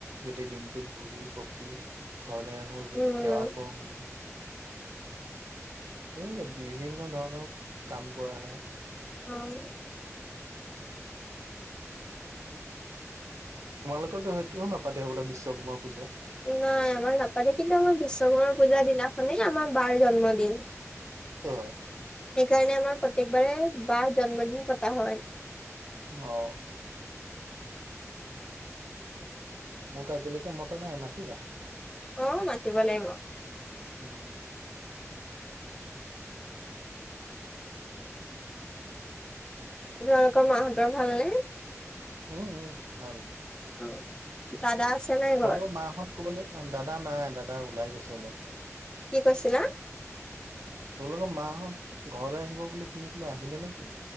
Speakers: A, on the right; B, on the left.
A: গোটেই দিনটো ঘূৰি পকি ঘৰলৈ আহো সেৱা
B: উম,
A: কৰোগে। সেনেকেই বিভিন্ন ধৰণৰ কাম কৰা হয়।
B: অহ।
A: <unintelligible> তোমালোকৰ তো সেইটোও নাপাতে হবলা বিশ্বকৰ্মা পূজা।
B: নাই আমাৰ নাপালে কিন্তু আমাৰ বিশ্বকৰ্মাৰ পূজা দিনাখনেই আমাৰ বাৰ জন্মদিন।
A: অ
B: সেইকাৰণে আমাৰ প্ৰত্যেকবাৰে বাৰ জন্মদিন পতা হয়।
A: অ। মোক আজিলৈকে মতা নাই, মাতিবা।
B: অ মাতিব লাগিব।
A: উম।
B: তোমালোকৰ মাহঁতৰ ভাল নে?
A: উম উম ভাল।
B: অ দাদা আছে নাই ঘৰত
A: তহঁতৰ মাঁহত কবালে, দাদা নাই দাদা ওলাই গৈছে অলপ।
B: কি কৈছিলা?
A: তোমালোকৰ মাহঁত ঘৰলৈ আহিব বুলি শুনিছিলো আহিলে নেকি?